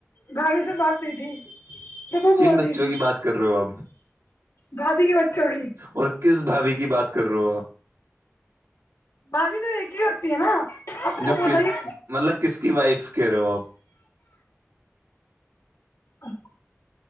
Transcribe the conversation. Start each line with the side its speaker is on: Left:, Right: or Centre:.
Left: بھابی سے بات ہوئی تھی جب وہ
Right: کن
Left: بول
Right: بچوں
Left: رہی تھی
Right: کی بات کر رہے ہو آپ
Left: بھابھی کے بچوں کی
Right: اور کس بھابھی کی بات کر رہو ہو
Left: بھابھی تو ایک ہی ہوتی ہے نا آپ
Right: جو
Left: کو بتائیے
Right: کس مطلب کس کی وائف کہہ رہے ہو آپ
Left: آپکو